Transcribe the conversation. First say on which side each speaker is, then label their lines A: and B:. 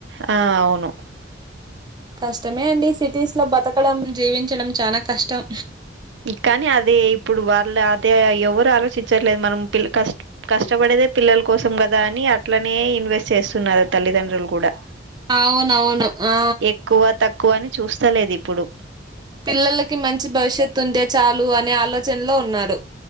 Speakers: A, on the right; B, on the right.
A: ఆ అవును
B: కష్టమే అండి సిటీస్ లో బతకడం, జీవించడం చానా కష్టం.
A: కానీ అదే ఇప్పుడు వాళ్ళ అదే ఎవరు ఆలోచించట్లేద మనం పిల్ల కష్ట కష్టపడేదే పిల్లల కోసం కదా అని అట్లనే ఇన్వెస్ట్ చేస్తున్నారు తల్లిదండ్రులు కూడా
B: అవునవును ఆ
A: ఎక్కువ, తక్కువని చూస్తలేదు ఇప్పుడు.
B: పిల్లలకి మంచి భవిష్యత్తు ఉంటే చాలు అనే ఆలోచనలో ఉన్నాడు.